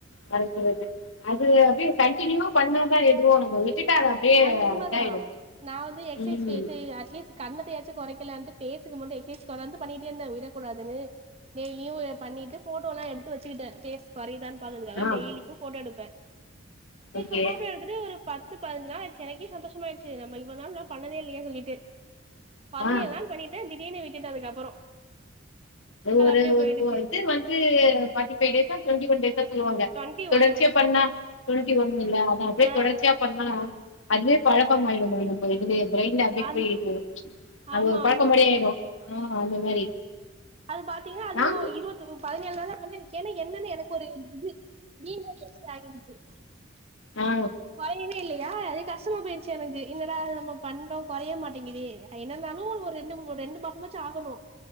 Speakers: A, on the left; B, on the right.
A: மறக்குறது அது அப்டியே கண்டினியூவா பண்ணாதா எதுவோ நம்ம விட்டுட்டா அப்டியே
B: அது உண்ம
A: இதாயிடு
B: தா நா வந்து எக்ஸைஸ்
A: ம்
B: பே செய்வ அட்லீஸ் கண்ணத்தையாச்சு கொறைக்கலான்ட்டு ஃபேஸுக்கு மட்டு எக்சசைஸ் பண்ணிட்டே இருந்த விடக்கூடாதுன்னு டெய்லியு பண்ணிட்டு போட்டோல்லா எடுத்து வச்சுக்கிட்டே ஃபேஸ் கொரையதான்னு பாக்கறதுக்காக
A: ஆ ஆ
B: டெய்லிக்கு போட்டோ எடுப்பே
A: ஓகே
B: இப்ப போட்டோ எடுத்துட்டு ஒரு பத்து பதினெச்சி நாளாயிடுச்சு எனக்கே சந்தோஷமாயிடுச்சு நம்ம இவ்ளோவு நாளு நாம பண்ணதே இல்லயேன்னு சொல்லிட்டு பதினேழு
A: ஆ
B: நாள் பண்ணிட்டே திடீர்னு விட்டுட்டே அதுக்கப்புறோ அது
A: ஒரு
B: அப்டியே
A: ஒரு
B: போயிடுச்சு
A: ஒரு இது வந்து ஃபார்ட்டி ஃபைவ் டேஸ்டா டுவென்டி ஒன் டேசா சொல்லுவாங்க
B: டுவெண்ட்டி
A: தொடர்ச்சியா
B: ஒன்னு
A: பண்ணா டுவென்டி ஒன்லலா அதா அப்டியே
B: ஆ
A: தொடர்ச்சியா பண்ணா அதுவே பழக்கமாயிடு இந்த இதுவே ப்ரெயின்ல அப்படி
B: அந்
A: போய் இது அது
B: ஆமா
A: ஒரு பழக்கமாரி
B: ஆமா
A: ஆயிடு ஆ அந்த மாரி
B: அது பாத்தீங்னா அது
A: நாங்
B: இருபத்து பதினெழு நாளு வந்து ஏன்னா என்னன்னு எனக்கு ஒரு இது <unintelligible>
A: ஆ
B: <unintelligible> யா அதே கஷ்டமா போயிருச்சு எனக்கு என்னடா நம்ம பண்றோ கொறைய மாட்டேங்குதே எ என்னருந்தாலு ஒரு ரெண்டு மூன் ரெண்டு மாசோ சுமச்சே ஆகணு